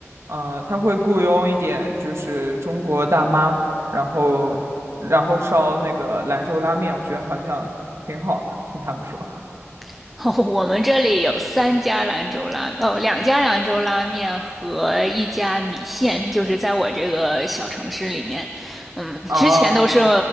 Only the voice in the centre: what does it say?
<laughs> 哦，我们这里有三家兰州拉，哦，两家兰州拉面和一家米线，就是在我这个小城市里面，
嗯，
之前都是